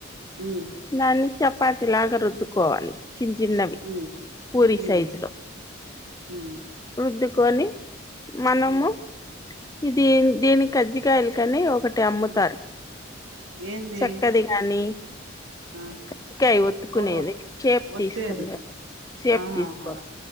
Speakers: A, on the right; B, on the left.
A: ఉమ్
B: నన్ని చప్ చపాతిలాగ రుద్దుకోవాలి చిన్ చిన్నవి
A: ఉమ్
B: పూరి
A: ఉమ్
B: సైజ్ లో
A: ఉమ్
B: వృద్ద కొని మనము
A: ఉమ్
B: ఇది దిని కజ్జికాయలుకని ఒకటి అమ్ముతరు
A: ఏంది
B: చక్కది గానీ
A: ఆ
B: కజ్ కాయ ఒత్తుకునేది
A: ఓహో
B: షేప్
A: ఒత్తేది
B: తీసుకుంది సేపు
A: ఆహా
B: తీసుకోవాలి
A: అలా